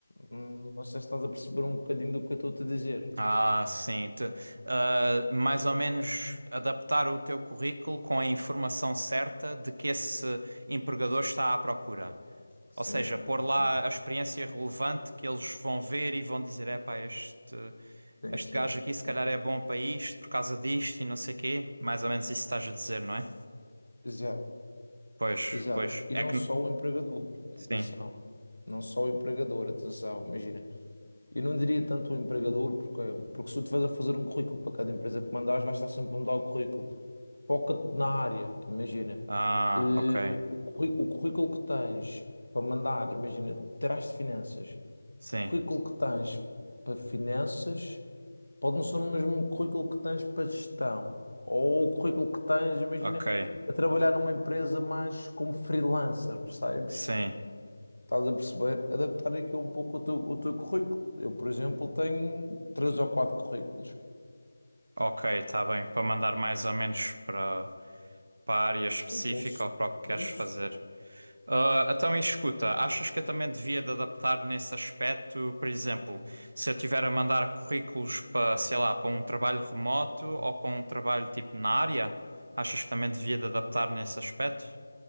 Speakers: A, on the left; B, on the right.
A: Hum, não sei se estás a perceber um bocadinho do que eu estou a te dizer.
B: Ah, sim. Te- ah, mais ou menos adaptar o teu currículo com a informação certa de que esse empregador está à procura.
A: Sim,
B: Ou seja, pôr lá
A: sim,
B: a experiência relevante que eles vão ver e vão dizer: epá, este, este
A: sim,
B: gajo
A: sim.
B: aqui se
A: sim.
B: calhar é bom para isto por causa disto e não sei quê. Mais ou menos isso estás a dizer, não é?
A: Exato.
B: Pois,
A: Exato.
B: pois.
A: E
B: É
A: não
B: que.
A: só o empregador,
B: Sim.
A: atenção. Não só o empregador, atenção. Imagina, eu não diria tanto o empregador, porque, porque se tu estiveres a fazer um currículo para cada empresa que mandares, vais estar sempre a mudar o currículo foca-te na área, imagina.
B: Ah,
A: eh,
B: ok.
A: o curri- o currículo que tens para mandar, imagina, terás de finanças.
B: Sim.
A: O currículo que tens para finanças pode não ser o mesmo currículo que tens para gestão. Ou o currículo que tens, imagina,
B: Ok.
A: para trabalhar numa empresa mais como freelancer, percebes?
B: Sim.
A: Estás a perceber? Adaptar aqui um pouco o teu, o teu currículo. Eu, por exemplo, tenho três ou quatro currículos.
B: Ok, está bem. Para mandar mais ou menos para. para a área específica
A: Sim, com-
B: ou para o que queres
A: isso.
B: fazer. Ah, então, e escuta, achas que eu também devia de adaptar nesse aspecto, por exemplo, se eu tiver a mandar currículos para, sei lá, para um trabalho remoto ou para um trabalho tipo na área, achas que também devia de adaptar nesse aspecto?